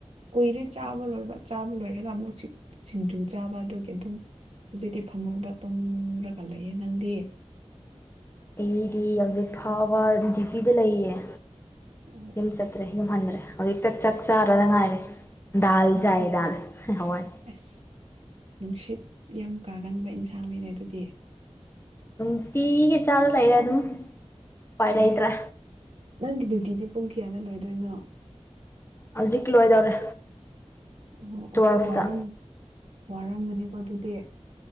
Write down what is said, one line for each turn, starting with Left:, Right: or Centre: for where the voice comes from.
Right: ꯀꯨꯏꯔꯦ ꯆꯥꯕ ꯂꯣꯏꯕ ꯆꯥꯕ ꯂꯣꯏꯔꯒ ꯑꯃꯨꯛꯛ ꯁꯤꯡꯖꯨ ꯆꯥꯕ ꯑꯗꯨꯒꯤ ꯑꯗꯨꯝ ꯍꯧꯖꯤꯛꯇꯤ ꯐꯃꯨꯡꯗ ꯇꯨꯝꯔꯒ ꯂꯩꯌꯦ ꯅꯪꯗꯤ
Left: ꯑꯩꯗꯤ ꯌꯥꯝꯖꯤꯛ ꯐꯥꯎꯕ ꯗ꯭ꯌꯨꯇꯤꯗ ꯂꯩꯌꯦ
Right: ꯑꯣ
Left: ꯌꯨꯝ
Right: ꯑꯣ
Left: ꯆꯠꯇ꯭ꯔꯦ ꯌꯨꯝ ꯍꯟꯗ꯭ꯔꯦ ꯍꯧꯖꯤꯛꯇ ꯆꯥꯛ ꯆꯥꯔꯗ ꯉꯥꯏꯔꯦ ꯗꯜ
Right: ꯑꯣ
Left: ꯆꯥꯏ
Right: ꯑꯣ
Left: ꯗꯜ ꯍꯋꯥꯏ
Right: ꯑꯁ ꯅꯨꯡꯁꯤꯠ ꯌꯥꯝ ꯀꯥꯒꯟꯕ ꯏꯟꯁꯥꯡꯅꯤꯅꯦ ꯑꯗꯨꯗꯤ
Left: ꯅꯨꯡꯇꯤꯒ ꯆꯥꯔ ꯂꯩꯔꯦ ꯑꯗꯨꯝ ꯎꯄꯥꯏ ꯂꯩꯇ꯭ꯔꯦ
Right: ꯑꯦ ꯅꯪꯒꯤ ꯗ꯭ꯌꯨꯇꯤꯗꯤ ꯄꯨꯡ ꯀꯌꯥꯗ ꯂꯣꯏꯗꯣꯏꯅꯣ
Left: ꯍꯧꯖꯤꯛ ꯂꯣꯏꯗꯧꯔꯦ
Right: ꯑꯣ
Left: ꯇꯨꯋꯦꯜꯐꯇ
Right: ꯑꯣ ꯋꯥꯔꯝ ꯋꯥꯔꯝꯒꯅꯤꯀꯣ ꯑꯗꯨꯗꯤ